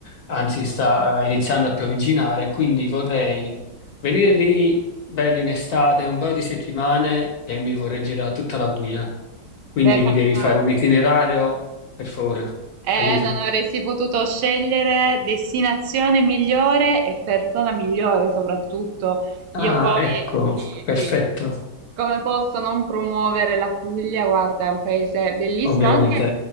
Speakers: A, on the left; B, on the right.
A: anzi sta eh, iniziando a piovigginare, quindi vorrei venire lì belli in estate un paio di settimane e mi vorrei girare tutta la Puglia. Quindi
B: Beh, fantastico.
A: mi devi fare un itinerario, per favore,
B: Eh,
A: aiutami.
B: non avresti potuto scegliere destinazione migliore e persona migliore soprattutto.
A: Ah,
B: Io poi,
A: ecco,
B: sì,
A: perfetto,
B: sì, come posso non promuovere la Puglia? Guarda, è un paese bellissimo,
A: ovviamente.
B: anche